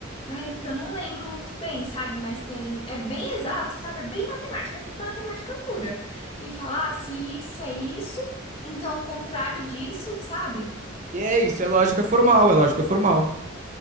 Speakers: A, on the left; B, on the right.
A: Ai, é porque eu não lembro muito bem, sabe? Mas tem. É bem exato, sabe? É bem matemática, é matemática pura. Ele fala, ah, se isso é isso, então o contrário disso, sabe?
B: E é isso, é lógica formal, é lógica formal.